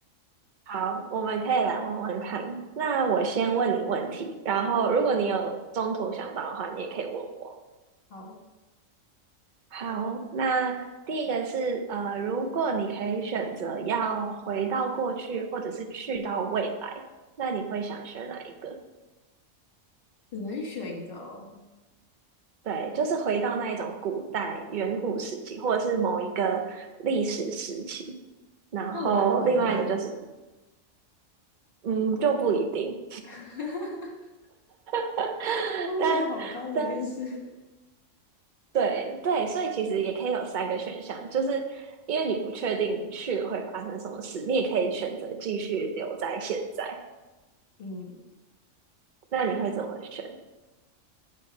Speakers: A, on the right; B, on the left.
A: 好，我们可以来玩玩看。那我先问你问题，然后如果你有中途想到的话，你也可以问我。
B: 好，
A: 好，那第一个是呃，如果你可以选择要回到过去或者是去到未来，那你会想选哪一个？
B: 只能选一个哦。
A: 对，就是回到那一种古代远古时期，或者是某一个历史时期。然后另外一个就是，
B: 那我还回得来吗？
A: 嗯，就不一定。
B: <laughs>
A: <laughs>
B: 风险好高的一件事。
A: 但但对对，所以其实也可以有三个选项，就是因为你不确定你去了会发生什么事，你也可以选择继续留在现在。
B: 嗯，
A: 那你会怎么选？